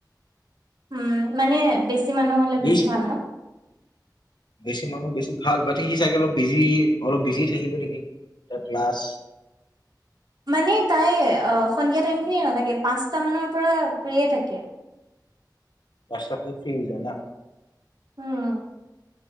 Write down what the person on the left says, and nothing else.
সি
বেছি মানুহ বেছি ভাল বতিি সি চাগে অলপ বিজি অলপ বিজি থাকিব নেকি এ ক্লাছ
বছফো ফ্ৰী হৈ যায় ন